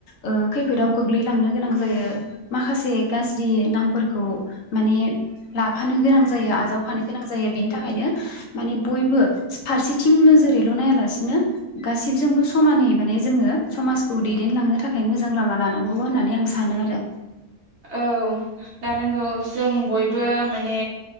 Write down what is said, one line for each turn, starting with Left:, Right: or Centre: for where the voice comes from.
Left: ओ खैफोदाव गोग्लैलांनो गोनां जायो माखासे गाज्रि नामफोरखौ माने लाफानो गोनां जायो आजावफानो गोनां जायो बेनि थाखायनो माने बयबो फारसेथिं नोजोरैल' नायालासिनो गासिबजोंबो समानै माने जोङो समाजखौ दैदेनलांनो थाखाय मोजां लामा लानांगौ होननानै आं सानो आरो
Right: औ लानांगौ जों बयबो माने